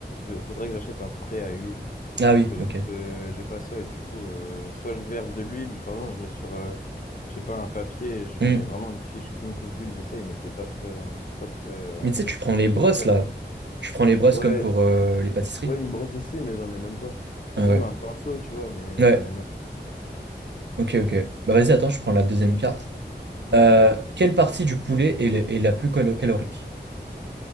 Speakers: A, on the left; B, on the right.
A: f- Faudrait que j'achète un spray à huile.
B: Ah oui,
A: Parce que
B: ok.
A: j'ai pas de... j'ai pas ça. Et du coup, euh, soit je verse de l'huile, pardon, je mets sur, euh, je sais pas, un papier et je
B: Mm.
A: mets vraiment une fiche, une couche d'huile, j'essaye, mais c'est pas très, euh, c'est pas très euh,
B: Mais tu sais, tu prends les
A: délicat,
B: brosses là.
A: quoi.
B: Tu prends les brosses
A: Ouais,
B: comme pour euh, les pâtisseries.
A: ouais, une brosse aussi, mais j'en ai même pas.
B: Ah
A: Ou même
B: ouais.
A: un pinceau, tu vois, mais
B: Ouais.
A: j'en ai même
B: Ok, ok. Bah vas-y, attends, je prends la deuxième carte.
A: Ok.
B: Euh, quelle partie du poulet est, le- est la plus calo- calorique?